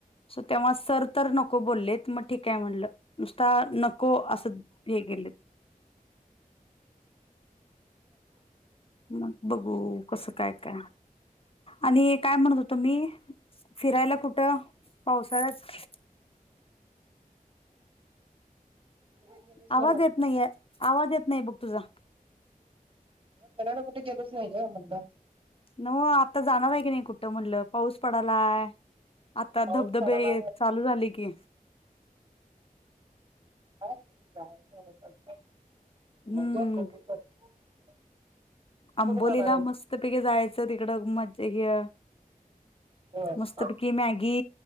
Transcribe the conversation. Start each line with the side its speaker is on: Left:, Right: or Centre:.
Left: तेव्हा सर तर नको बोललेत मग ठीकय म्हणलं नुसता नको असं हे! केलं. मग बघू कसं काय, काय, आणि काय म्हणत होतो मी फिरायला कुठं पावसाळ्यात?
Right: तिकडे गेलोच
Left: आवाज
Right: नाही म्हटलं
Left: येत नाहीय, आवाज येत नाही, बघ तुझा
Right: फिरायला कुठे गेलोचं नाही ग म्हटलं.
Left: न वो आता जाणार आहे की नाही कुठं म्हटलं पाऊस पडालाय आता
Right: पाऊस
Left: धबधबे
Right: पडायला
Left: चालू झाले की.
Right: काय काय करायचं?
Left: हम्म
Right: <unintelligible>
Left: आंबोलीला
Right: कुठे जाणार आहेस?
Left: मस्त पैकी जायचं, तिकडं मज्जा गे.
Right: बस.
Left: मस्तपैकी मॅगी,